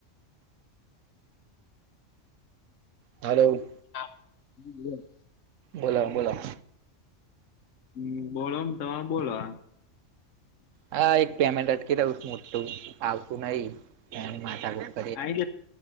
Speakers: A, on the right; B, on the left.
A: હલો.
B: હા હમ્મ બોલો.
A: બોલા બોલા.
B: હમ્મ બોલો ને તમે બોલા.
A: હા એક પેમેન્ટ અટકી દઉંશ મોું આવતું નહી એની માથા કૂટ.
B: આઈ જશ